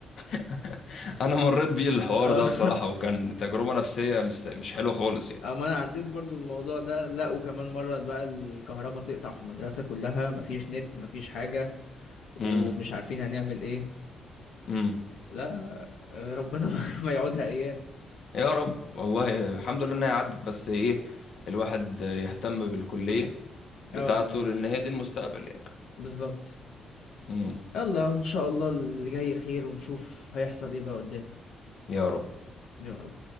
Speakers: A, on the left; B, on the left.
A: <laughs> انا مريت بيه الحوار
B: اه
A: ده بصراحه وكان تجربه نفسيه مش مش حلوه خالص يعني
B: اما انا عديت برضو الموضوع ده لا وكمان مرة بقى الكهرباء تقطع في المدرسة كلها مفيش نت مفيش حاجة ومش
A: امم
B: عارفين هنعمل ايه
A: امم.
B: لا لا، آه، ربنا <laughs> ما يعودها ايام
A: يا رب والله الحمد لله انها عدت بس ايه الواحد يهتم بالكلية بتاعته
B: اه بالظبط
A: لان هي دي المستقبل يعني
B: بالظبط
A: امم
B: يلا ان شاء الله اللي جاي خير ونشوف هيحصل ايه بقى قدام
A: يا رب
B: يا رب